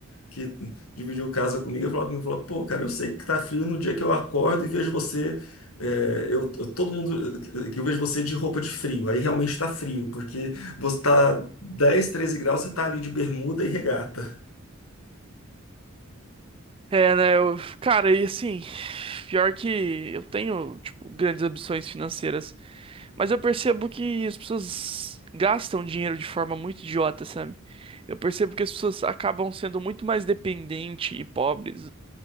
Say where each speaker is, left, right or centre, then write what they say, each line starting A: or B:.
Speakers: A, on the left; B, on the right.
A: que dividiu casa comigo, e falou comigo, falou, pô, cara, eu sei que tá frio no dia que eu acordo e vejo você, é, eu, eu- todo mundo, que eu vejo você de roupa de frio, aí realmente tá frio, porque você tá 10, 13 graus, você tá ali de bermuda e regata.
B: É, né, eu, cara, e assim, pior que eu tenho, tipo, grandes ambições financeiras, Mas eu percebo que as pessoas gastam dinheiro de forma muito idiota, sabe? Eu percebo que as pessoas acabam sendo muito mais dependentes e pobres,